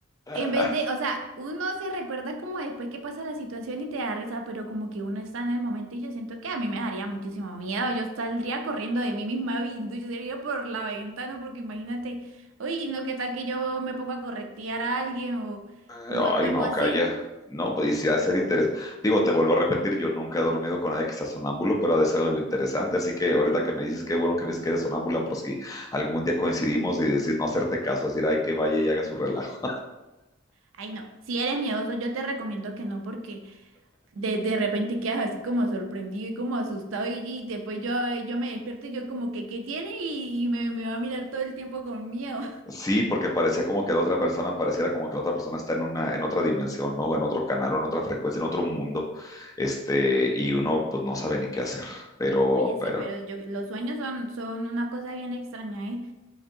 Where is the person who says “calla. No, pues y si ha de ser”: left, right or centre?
Left